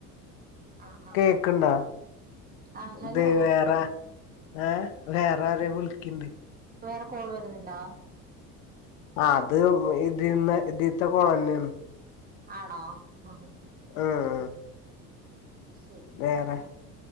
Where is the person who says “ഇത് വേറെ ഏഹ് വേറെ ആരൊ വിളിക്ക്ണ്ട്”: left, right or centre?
Left